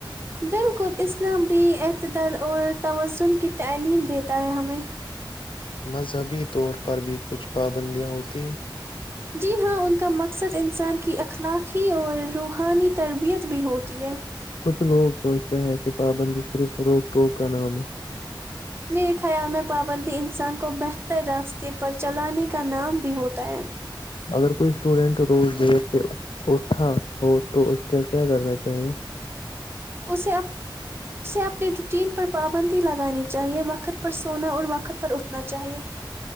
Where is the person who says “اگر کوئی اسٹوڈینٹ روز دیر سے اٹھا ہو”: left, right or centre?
Left